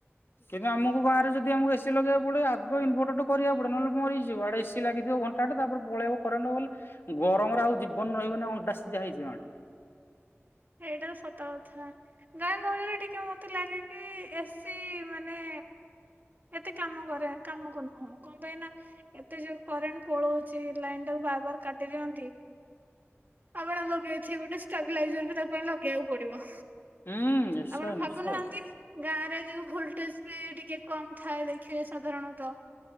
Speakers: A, on the left; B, on the right.
A: କିନ୍ତୁ ଆମକୁ ଗାଁରେ ଯଦି ଆମକୁ ଏସି ଲଗେଇବାକୁ ପଡିବ ଆଗ ଇନଭର୍ଟର ଟା କରିବାକୁ ପଡ଼ିବ। ନହେଲେ ମରିଯିବ ଆଡେ ଏସି ଲାଗିଥିବ ଘଣ୍ଟାଟେ ତାପରେ ପଳେଇବ କରେଣ୍ଟ ବଲେ ଗରମରେ ଆଉ ଜୀବନ ରହିବନି ଅଣ୍ଡା ସିଝା ହେଇଯିବ। ମ୍ୟାଡ଼ାମ।
B: ଏଇଟା ସତ କ କଥା ଗାଁ ଗହଳିରେ ଟିକେ ମୋତେ ଲାଗେ କି ଏସି ମାନେ ଏତେ କାମ କରେ କାମ କରନି ହଁ କଣ ପାଇଁ ନା ଏତେ ଯୋଉ କରେଣ୍ଟ ପଳଉଛି ଲାଇନ ଟାକୁ ବାର ବାର କାଟି ଦିଅନ୍ତି। ଆପଣ ଲଗେଇଛି ଗୋଟେ ଷ୍ଟାବିଲାଇଜର ବି ତାକୁ ପାଇଁ ଲଗେଇବାକୁ ପଡିବ
A: ହୁଁ ନିଶ୍ଚୟ
B: ଆପଣ
A: ନିଶ୍ଚୟ
B: ଭାବୁନାହାନ୍ତି। ଗାଁରେ ଯୋଉ ଭୋଲଟେଜ ବି ଟିକେ କମ୍ ଥାଏ ଦେଖିବେ ସାଧାରଣତଃ।